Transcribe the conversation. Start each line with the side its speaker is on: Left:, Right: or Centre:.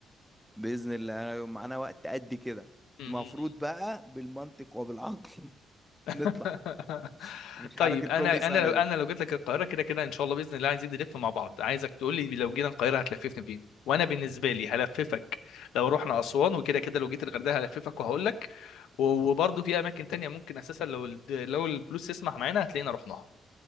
Centre: بإذن الله أنا يوم معانا وقت قد كده
Left: امم
Centre: المفروض بقى بالمنطق وبالعقل <laughs>
Left: <laughs>
Centre: نطلع مش
Left: طيب
Centre: حركة
Left: انا
Centre: كل سنة
Left: انا لو انا
Centre: دي
Left: لو جيت لك القاهره كده كده ان شاء الله باذن الله عايزين نلف مع بعض عايزك تقول لي لو جينا القاهره هتلففني فين وانا بالنسبه لي هلففك لو رحنا اسوان وكده كده لو جيت الغردقه هلففك وهقول لك وبرضه في اماكن تانية ممكن اساسا لو ال- لو الفلوس تسمح معانا هتلاقينا رحناها